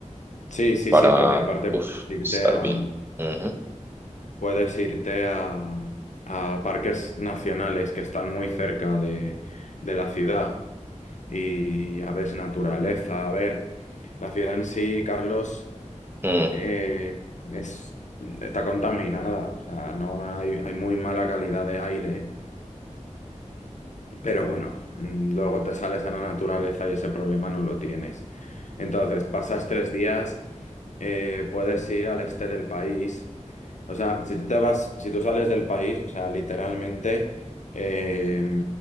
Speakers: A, on the left; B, on the right.
A: Sí, sí,
B: para,
A: sí, porque aparte
B: uf,
A: puedes
B: estar
A: irte a...
B: bien. Ujú.
A: Puedes irte a, a parques nacionales que están muy cerca de, de la ciudad y a ver naturaleza. A ver, la ciudad en sí, Carlos,
B: Ujú.
A: eh, es, está contaminada. O sea, no hay, hay muy mala calidad de aire. Pero bueno, mm, luego te sales a la naturaleza y ese problema no lo tienes. Entonces, pasas tres días eh, puedes ir al este del país. O sea, si tú te vas, si tú sales del país, o sea, literalmente eh,